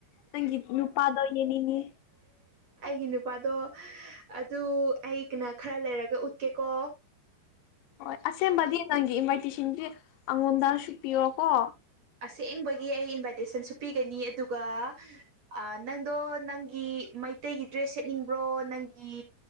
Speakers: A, on the left; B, on the right.
A: ꯅꯪꯒꯤ ꯅꯨꯄꯥꯗꯣ ꯌꯦꯡꯅꯤꯡꯉꯦ
B: ꯑꯩꯒꯤ ꯅꯨꯄꯥꯗꯣ ꯑꯠ ꯑꯗꯨ ꯑꯩꯒꯅ ꯈꯔ ꯂꯩꯔꯒ ꯎꯠꯀꯦꯀꯣ
A: ꯍꯣꯏ ꯑꯁꯦꯡꯕꯗꯤ ꯅꯪꯒꯤ ꯏꯟꯚꯥꯏꯇꯦꯁꯟꯗꯤ ꯑꯉꯣꯟꯗꯁꯨ ꯄꯤꯌꯣꯀꯣ
B: ꯑꯁꯦꯡꯕꯒꯤ ꯑꯩ ꯏꯟꯚꯥꯏꯇꯦꯁꯟꯁꯨ ꯄꯤꯒꯅꯤ ꯑꯗꯨꯒ ꯑ ꯅꯪꯗꯣ ꯅꯪꯒꯤ ꯃꯩꯇꯩꯒꯤ ꯗ꯭ꯔꯦꯁ ꯁꯦꯠꯅꯤꯡꯕ꯭ꯔꯣ ꯅꯪꯒꯤ